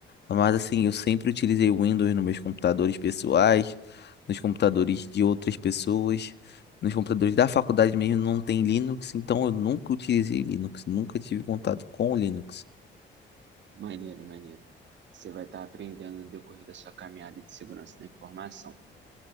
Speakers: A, on the left; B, on the right.
A: Mas assim, eu sempre utilizei o Windows nos meus computadores pessoais, nos computadores de outras pessoas, nos computadores da faculdade mesmo não tem Linux, então eu nunca utilizei Linux, nunca tive contato com o Linux.
B: Maneiro, maneiro. Você vai estar aprendendo no decorrer da sua caminhada de segurança da informação.